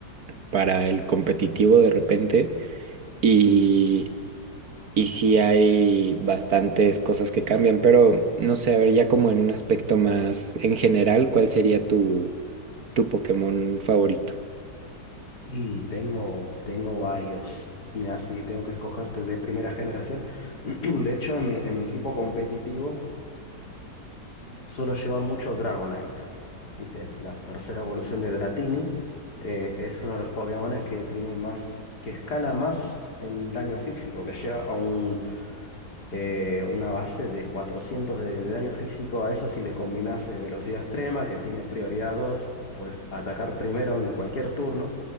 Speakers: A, on the right (about 60°); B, on the left (about 65°).
A: para el competitivo de repente. Y, y sí hay bastantes cosas que cambian, pero no sé, a ver, ya como en un aspecto más en general, ¿cuál sería tu, tu Pokémon favorito?
B: Y tengo, tengo varios. Y así tengo que escogerte de primera generación. <clears throat> De hecho, en mi, en mi equipo competitivo, Suelo llevar mucho Dragonite. ¿Viste? La tercera evolución de Dratini. eh, es uno de los Pokémones que tiene más, que escala más el daño físico, que llega a un, eh, una base de 400 de, de daño físico. A eso si le combinase velocidad extrema, que tiene prioridad 2, puedes atacar primero en cualquier turno.